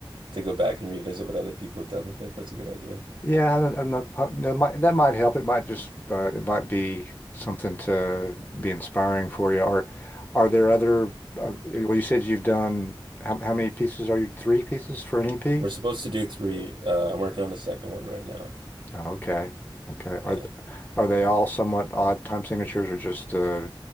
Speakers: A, on the right; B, on the left.
A: to go back and revisit what other people have done with it. That's a good idea.
B: Yeah, I don't, I'm not. uh, That might that might help. It might just. Uh, it might be something to be inspiring for you. Or are there other? Uh, well, you said you've done. How, how many pieces are you? Three pieces for an EP?
A: We're supposed to do three. Uh, I'm working on the second one right now.
B: Oh, okay. Okay.
A: Yeah.
B: Are th- are they all somewhat odd time signatures, or just uh,